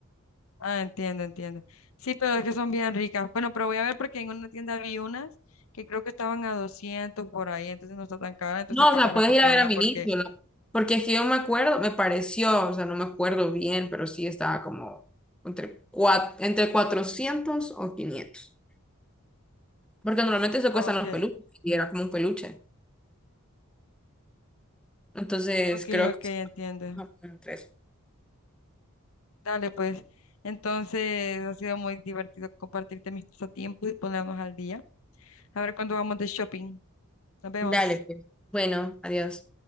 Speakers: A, on the left (about 65°); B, in the centre.
A: Ah, entiendo, entiendo. Sí, pero es que son bien ricas. Bueno, pero voy a ver porque en una tienda vi unas que creo que estaban a 200 por ahí, entonces no está tan cara, entonces
B: No,
A: capaz
B: o sea,
A: me
B: puedes
A: compré
B: ir a ver
A: una
B: a Miniso.
A: porque...
B: la- Porque es que yo me acuerdo, me pareció, o sea, no me acuerdo bien, pero sí estaba como entre, cuat- entre 400 o quinientos Porque normalmente se
A: Ah,
B: cuestan
A: ok,
B: los peluches y era como un peluche. Entonces
A: ok,
B: creo
A: ok,
B: que...
A: entiendo.
B: Ah, bueno, entre eso.
A: Dale, pues. Entonces ha sido muy divertido compartirte mis pasatiempos y ponernos al día. A ver cuándo vamos de shopping. Nos vemos.
B: Dale, pues. Bueno, adiós.